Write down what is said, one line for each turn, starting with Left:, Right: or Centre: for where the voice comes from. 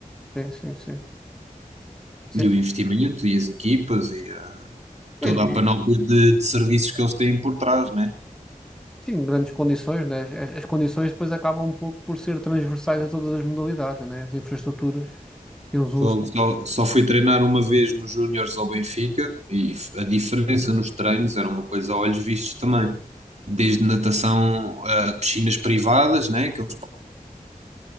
Centre: Sim, sim, sim. Sim,
Right: E o investimento, e as equipas, e a-
Centre: pois,
Right: toda
Centre: e-
Right: a panóplia de, de serviços que eles têm por trás, né?
Centre: sim, grandes condições, né? As, as condições depois acabam um pouco por ser transversais a todas as modalidades, né? As infraestruturas que uns usam.
Right: Fogo. Só, só fui treinar uma vez nos Júniores ao Benfica e f- a diferença nos treinos era uma coisa a olhos vistos também. Desde natação a piscinas privadas, né, aqueles